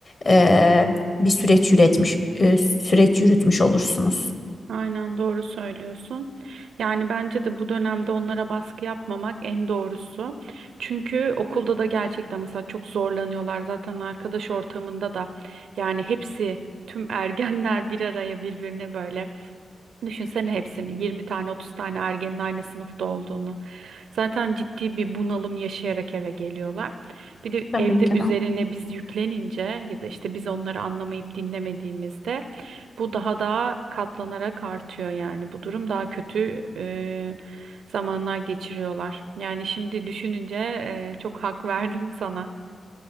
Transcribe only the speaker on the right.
Aynen doğru söylüyorsun. Yani bence de bu dönemde onlara baskı yapmamak en doğrusu. Çünkü okulda da gerçekten mesela çok zorlanıyorlar. Zaten arkadaş ortamında da yani hepsi tüm ergenler bir araya birbirine böyle. Düşünsene hepsinin 20 tane 30 tane ergenin aynı sınıfta olduğunu. Zaten ciddi bir bunalım yaşayarak eve geliyorlar. Bir de
evde
üzerine
biz yüklenince ya da işte biz onları anlamayıp dinlemediğimizde bu daha da katlanarak artıyor yani. Bu durum daha kötü e, zamanlar geçiriyorlar. Yani şimdi düşününce e, çok hak verdim sana.